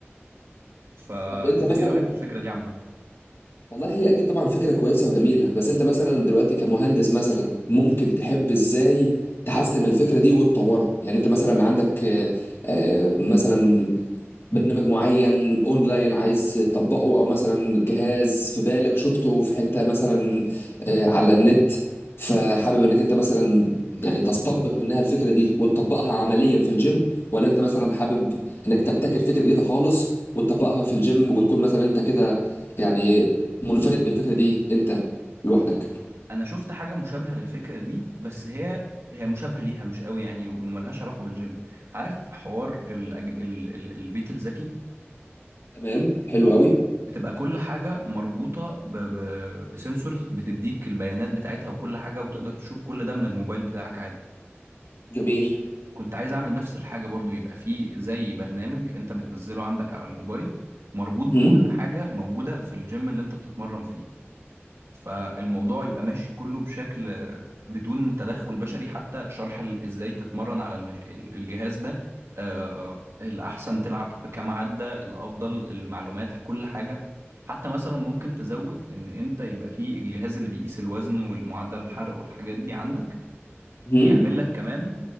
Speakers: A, on the right; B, on the left.
A: فانت
B: طب انت مثلا
A: ايه رأيك في الفكرة دي عامة
B: والله هي اكيد طبعا فكره كويسه وجميله بس انت مثلا دلوقتي كمهندس مثلا ممكن تحب ازاي تحسن من الفكره دي وتطورها يعني انت مثلا عندك آه، آه، مثلا برنامج معين اونلاين عايز تطبقه او مثلا جهاز في بالك شفته في حتة مثلا آه، على النت فحابب انك انت مثلا يعني تستنبط منها الفكرة دي وتطبقها عمليا في الجيم ولا انت مثلا حابب انك تبتكر فكرة جديدة خالص وتطبقها في الجيم وتكون مثلا انت كده يعني منفرد بالفكرة دي انت لوحدك
A: انا شفت حاجة مشابهة للفكرة دي بس هي هي مشابهة ليها مش قوي يعني وملهاش علاقة بالجيم عارف حوار ال... ال... ال... البيت الذكي
B: تمام حلو قوي
A: بتبقى كل حاجة مربوطة ب... ب... بسنسورز بتديك البيانات بتاعتها وكل حاجة وتقدر تشوف كل ده من الموبايل بتاعك عادي
B: جميل
A: كنت عايز اعمل نفس الحاجة برضو يبقى فيه زي برنامج انت بتنزله عندك على الموبايل مربوط
B: مهم.
A: بكل حاجة موجودة في الجيم اللي انت بتتمرن فيه فالموضوع يبقى ماشي كله بشكل آه، بدون تدخل بشري حتى شرح ال- ازاي تتمرن على المش... ال- الجهاز ده آه، الأحسن تلعب بكام عدة الأفضل المعلومات كل حاجة حتى مثلا ممكن تزود ان انت يبقى فيه الجهاز اللي بيقيس الوزن والمعدل الحرق والحاجات دي عندك
B: مهم.
A: يعمل لك كمان